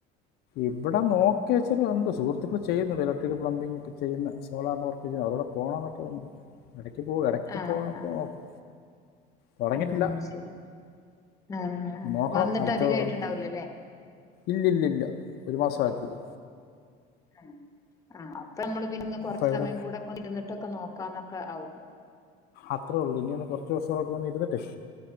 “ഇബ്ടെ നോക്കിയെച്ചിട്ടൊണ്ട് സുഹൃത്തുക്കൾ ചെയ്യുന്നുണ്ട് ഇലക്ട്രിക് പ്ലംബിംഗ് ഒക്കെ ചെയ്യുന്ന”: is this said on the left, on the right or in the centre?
Left